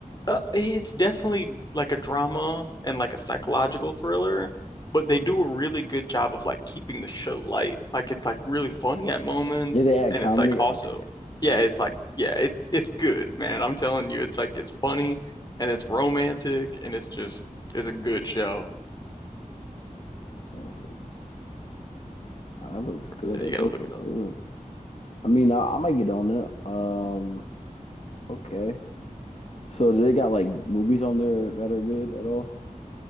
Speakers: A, on the left (about 30°); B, on the left (about 50°).
A: Uh, it's definitely like a drama and like a psychological thriller, but they do a really good job of like keeping the show light. Like it's like really funny at moments,
B: Yeah, they add
A: and
B: comedy.
A: it's like also,
B: Okay,
A: yeah,
B: that's
A: it's like yeah, it it's good, man. I'm telling you, it's like it's funny and it's romantic and it's just it's a good show.
B: Severance. Ah, that looks good.
A: So, yeah,
B: That
A: you gotta
B: does
A: look
B: look
A: it up.
B: good. I mean, I, I might get on it. Um, okay. So do they got like movies on there that are good at all?